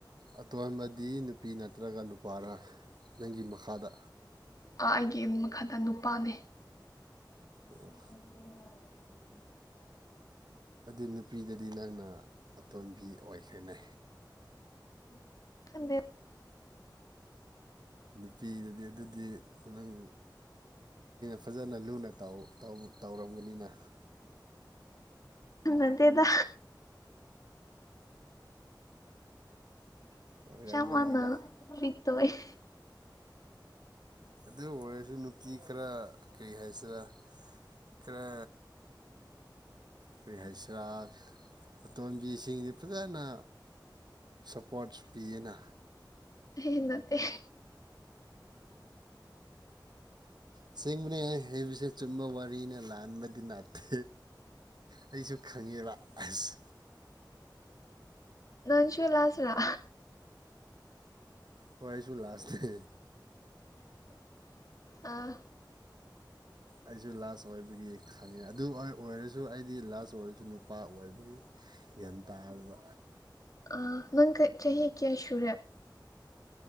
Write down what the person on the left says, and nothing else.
ꯑ ꯑꯩꯒꯤ ꯃꯈꯥꯗ ꯅꯨꯄꯥꯅꯦ
<unintelligible>
ꯈꯪꯗꯦꯗ
ꯅꯠꯇꯦꯗ
ꯆꯃꯅ ꯇ <inaudible>
ꯍꯥ ꯍꯥ ꯅꯠꯇꯦ
ꯅꯪꯁꯨ ꯂꯥꯁ꯭ꯔꯥ
ꯑꯥ
ꯑ ꯅꯪ ꯆꯍꯤ ꯀꯌꯥ ꯁꯨꯔꯦ